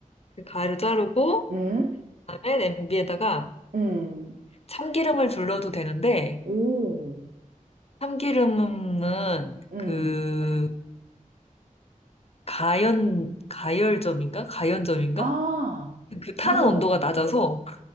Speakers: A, on the left (about 45°); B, on the right (about 65°).
A: 그 가위로 자르고,
B: 음,
A: 그다음에 냄비에다가
B: 음.
A: 참기름을 둘러도 되는데,
B: 오,
A: 참기름은
B: 음.
A: 그, 가연, 가열점인가? 가연점인가?
B: 아,
A: 그 타는
B: 맞아.
A: 온도가
B: 어,
A: 낮아서